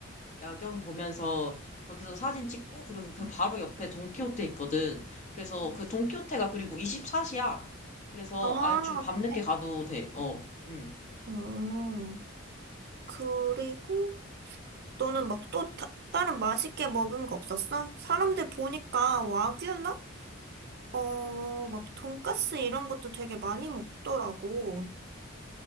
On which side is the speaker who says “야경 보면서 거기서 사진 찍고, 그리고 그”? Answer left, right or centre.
Left